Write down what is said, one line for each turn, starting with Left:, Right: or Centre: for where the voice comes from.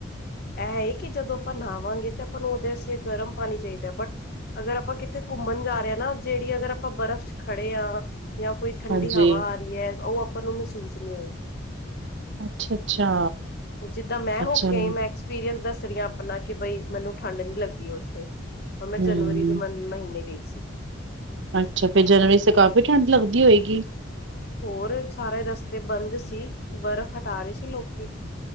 Left: ਇਹ ਹੈ ਕਿ ਜਦੋਂ ਆਪਾਂ ਨਹਾਵਾਂਗੇ ਤਾਂ ਆਪਾਂ ਨੂੰ ਉਹ ਦੇਸ ਗਰਮ ਪਾਣੀ ਚਾਹੀਦਾ। ਬਟ ਅਗਰ ਆਪਾਂ ਕਿੱਥੇ ਘੁੰਮਣ ਜਾ ਰਹੇ ਹਾਂ ਨਾ, ਜਿਹੜੀ ਅਗਰ ਆਪਾਂ ਬਰਫ਼ ਚ ਖੜੇ ਹਾਂ। ਜਾਂ ਕੋਈ ਠੰਡੀ
Right: ਹਾਂਜੀ
Left: ਹਵਾ ਆ ਰਹੀ ਹੈ। ਉਹ ਆਪਾਂ ਨੂੰ ਮਹਿਸੂਸ ਨਹੀਂ ਹੋਏਗੀ।
Right: ਅੱਛਾ ਅੱਛਾ
Left: ਉਹ ਜਿੱਦਾਂ ਮੈਂ
Right: ਅੱਛਾ
Left: ਹੋ ਕੇ ਆਈ। ਮੈ ਦੇ ਦੱਸਦੀਆਂ ਕੀ ਆਪਣਾ ਕਿ ਬਈ ਮੈਨੂੰ ਠੰਢ ਨੀ ਲੱਗੀ ਉੱਥੇ।
Right: ਹਮ
Left: ਹ ਮੈਂ ਜਨਵਰੀ ਦੇ ਮ- ਮਹੀਨੇ ਗਈ ਸੀ।
Right: ਅੱਛਾ। ਫੇਰ ਜਨਵਰੀ ਤੇ ਕਾਫ਼ੀ ਠੰਢ ਲੱਗਦੀ ਹੋਏਗੀ।
Left: ਹੋਰ ਸਾਰੇ ਰਸਤੇ ਬੰਦ ਸੀ। ਬਰਫ਼ ਹਟਾ ਰਹੇ ਸੀ ਲੋਕੀ।